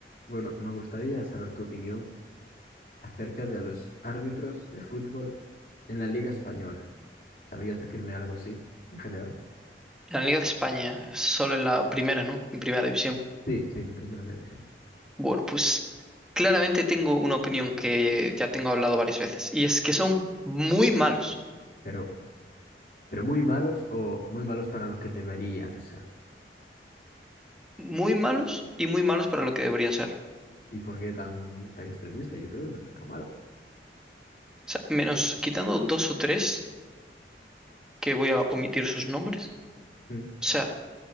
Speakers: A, on the left; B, in the centre.
A: Bueno, me gustaría saber tu opinión acerca de los árbitros de fútbol en la Liga Española. ¿Sabrías decirme algo así en general?
B: La Liga de España, solo en la primera, ¿no? En primera división.
A: Sí, sí, en primera división.
B: Bueno, pues claramente tengo una opinión que ya tengo hablado varias veces, y es que son muy malos,
A: Pero, pero muy malos o muy malos para lo que deberían ser.
B: muy malos y muy malos para lo que deberían ser.
A: ¿Y por qué tan, tan extremista? Yo creo que no tanto malo.
B: O sea, menos quitando dos o tres, que voy a omitir sus nombres.
A: Mm.
B: O sea,